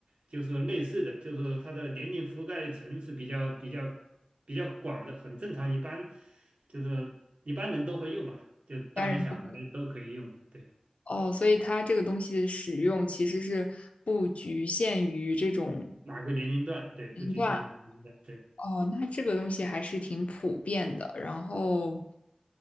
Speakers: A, on the right; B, on the left.
A: 就是说类似的，就是说它的年龄覆盖层是比较比较比较广的，很正常。一般就是说一般人都会用吧，就大人小孩都可以用的，
B: 家人不
A: 对，
B: 哦，所以它这个东西的使用其实是不局限于这种
A: 哪个年龄段，对，不局限哪个年龄段，
B: 哇，
A: 对。
B: 哦，那这个东西还是挺普遍的。然后，